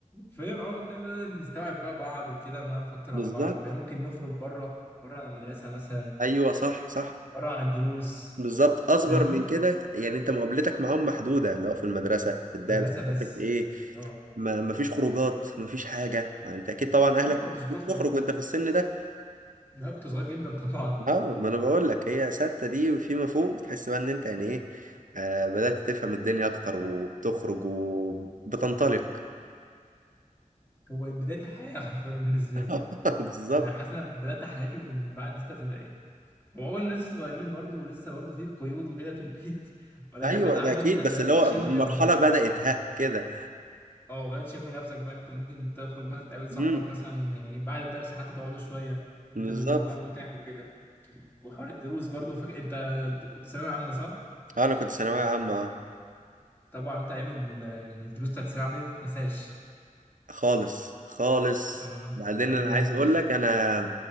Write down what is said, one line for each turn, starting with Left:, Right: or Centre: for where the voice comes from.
Left: فاهم اه تلاقي بدأنا نستوعب بقى بعض وكده ونعرف اكتر
Right: بالظبط
Left: عن بعض بقى ممكن نخرج بره بره عن المدرسه مثلا
Right: ايوه صح صح
Left: بره عن الدروس
Right: بالظبط اصغر
Left: فاهم
Right: من كده يعني انت مقابلتك معاهم محدوده لو في المدرسه في الدرس
Left: مدرسه
Right: مش
Left: بس
Right: عارف ايه
Left: اه
Right: ما ما فيش خروجات ما فيش حاجه ما انت اكيد طبعا
Left: والله
Right: اهلك
Left: ما كنتش بتخرج
Right: بتخرج
Left: آه.
Right: وانت في السن ده
Left: لا كنت صغير جدا طبعا
Right: اه ما انا بقول لك هي ستة دي وفيما فوق بتحس بقى ان انت يعني ايه آه بدأت تفهم الدنيا اكتر وبتخرج وبتنطلق
Left: هو بدايه الحياه <laughs> حرفيا بالنسبه
Right: <laughs>
Left: لي
Right: بالظبط
Left: يعني انا حاسس ان انا بدات حياتي من بعد سته ابتدائي وأول لسه صغيرين برضو ولسه برضو في قيود وكده في البيت <laughs> ولكن
Right: ايوه
Left: لأ، عارف
Right: ده اكيد
Left: أنت بدأت
Right: بس اللي
Left: تشم
Right: هو المرحلة
Left: نفسك
Right: بدأت ها كده
Left: أه بدأت تشم نفسك بقى إن أنت ممكن تخرج مثلا تقابل صاحبك
Right: امم
Left: مثلا يعني بعد الدرس حتى تقعدوا شوية فكان
Right: بالظبط
Left: الموضوع متاح وكده وحوار الدروس برضو فك... أنت كنت ثانوية عامة صح؟
Right: آه، انا كنت ثانوية عامة
Left: طبعا أنت أيام ال- يعني الدروس بتاعت الثانوية العامة دي متتنساش
Right: خالص خالص
Left: أه
Right: بعدين
Left: أيام
Right: انا عايز
Left: دي
Right: اقول
Left: <laughs>
Right: لك انا